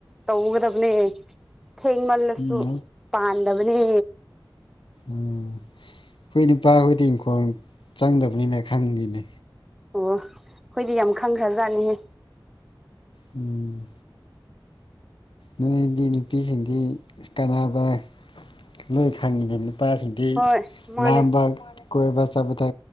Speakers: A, in the centre; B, on the left.
A: ꯇꯧꯒꯗꯕꯅꯦ ꯊꯦꯡꯃꯜꯂꯁꯨ
B: ꯎꯝ
A: ꯄꯥꯟꯗꯕꯅꯦ
B: ꯎꯝ ꯍꯈꯣꯏ ꯅꯨꯄꯥꯈꯣꯏꯗꯤ ꯏꯪꯈꯣꯜ ꯆꯪꯗꯕꯅꯤꯅ ꯈꯪꯗꯦꯅꯦ
A: ꯑꯣ ꯑꯩꯈꯣꯏꯗꯤ ꯌꯥꯝ ꯈꯪꯈ꯭ꯔꯖꯥꯠꯅꯤꯍꯦ
B: ꯎꯝ ꯅꯣꯏꯗꯤ ꯅꯨꯄꯤꯁꯤꯡꯗꯤ ꯀꯅꯕ ꯅꯣꯏ ꯈꯪꯉꯤꯗ ꯅꯨꯄꯥꯁꯤꯡ ꯑꯩ
A: ꯍꯣꯏ ꯃꯥꯅꯦ
B: ꯂꯥꯝꯕ ꯀꯣꯏꯕ ꯆꯥꯕꯗ